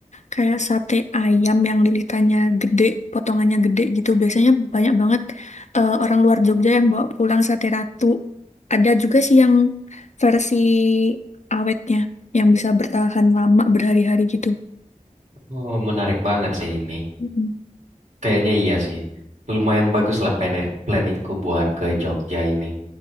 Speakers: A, on the left; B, on the right.
A: kayak sate ayam yang lilitannya gede, potongannya gede gitu. Biasanya banyak banget eh, orang luar Jogja yang bawa pulang sate ratu. Ada juga sih yang versi awetnya, yang bisa bertahan lama berhari-hari gitu.
B: Oh, menarik banget sih ini.
A: Mm-mm.
B: Kayaknya iya sih. Lumayan bagus lah plan- planningku buat ke Jogja ini.